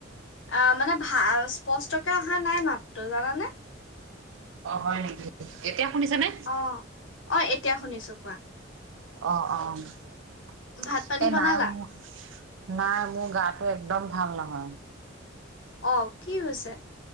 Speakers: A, on the left (about 75°); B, on the right (about 75°).
A: ই, মানে ভা স্পষ্টকে অহা নাই মাতটো জানানে?
B: অ' হয় নেকি, এতিয়া? শুনিছা নে?
A: অ অ, এতিয়া শুনিছো কোৱা।
B: অ, অ <inaudible>
A: ভাত পানী
B: এ
A: বনালা
B: নাই মোৰ নাই মোৰ গাত একদম ভাল নহয়।
A: অ' কি হৈছে?